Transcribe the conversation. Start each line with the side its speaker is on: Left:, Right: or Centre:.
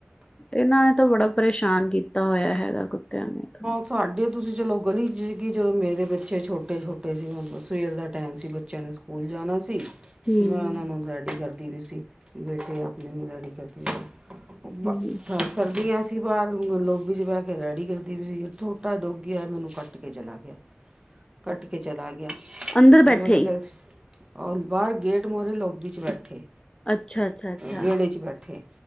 Left: ਏਨਾ ਨੇਤਾਂ ਬੜਾ ਪਰੇਸ਼ਾਨ ਕੀਤਾ ਹੋਇਆ ਹੈਗਾ, ਕੁਤੇਆਂ ਨੇ- ਤਾਂ
Right: ਸਾਡੇ ਤੁਸੀ ਚਲੋ ਗਲੀ 'ਚ ਕਿ ਜਦੋਂ ਮੇਰੇ ਬੱਚੇ ਛੋਟੇ- ਛੋਟੇ ਸੀ, ਸਵੇਰ ਦਾ ਟੈਮ ਸੀ ਬੱਚਿਆਂ ਨੇ ਸਕੂਲ- ਸਕੂਲ ਜਾਣਾ ਸੀ-
Left: ਹਮ
Right: ਮੈਂ ਓਨਾ ਨੂੰ ਰੈਡੀ ਕਰਦੀ ਵੀ ਸੀ। ਬੇਟੇ ਆਪਣੇ ਨੂੰ ਰੈਡੀ ਕਰਦੀ ਸੀ।
Left: ਹਮ
Right: ਸਰਦੀਆਂ ਸੀ ਬਾਰ, ਲੋਬੀ 'ਚ ਬੈਹ ਕੇ ਰੈਡੀ ਕਰਦੀ ਪਈ ਸੀ। ਛੋਟਾ ਡੋਗੀ ਆਯਾ, ਮੈਨੂੰ ਕੱਟ ਕੇ ਚਲਾ ਗੇਆ। ਕੱਟ ਕੇ ਚਲਾ ਗੇਆ-
Left: ਅੰਦਰ
Right: ਤੇ
Left: ਬੈਠੇ
Right: ਮੈ ਕੇਯਾ
Left: ਹੀ
Right: ਚੱਲ ਬਾਰ ਗੇਟ ਮੋਹਰੇ ਲੋਬੀ 'ਚ ਬੈਠੇ-
Left: ਅੱਛਾ, ਅੱਛਾ, ਅੱਛਾ,
Right: ਵੇੜੇ 'ਚ ਬੈਠੇ